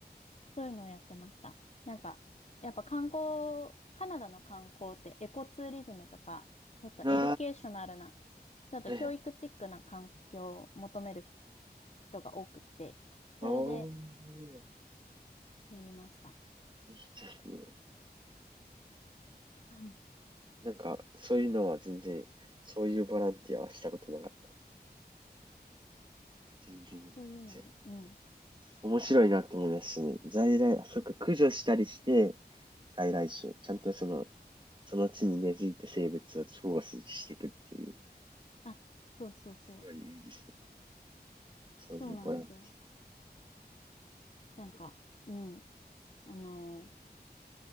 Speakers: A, on the left; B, on the right.
A: そういうのをやってました。なんか、やっぱ観光、カナダの観光ってエコツーリズムとか、ちょっとエデュケーショナルな、
B: あ
A: ちょっと教育チックな環境を求める
B: ー、はい
A: 人が多くて、
B: おー。
A: それでやりました。
B: いいですね。
A: <laughs> うん
B: なんか、そういうのは全然、そういうボランティアはしたことなかった。全然。
A: そういうのを、
B: そう
A: うん、
B: 面白いなと思いますしね。在来、あそっか、駆除したりして、外来種、ちゃんとその、その地に根付いた生物を保護していくっていう、
A: あ、そうそうそう。
B: すごいいいですね。そういうボランテ
A: そうなんですよ。なんか、うん。あの、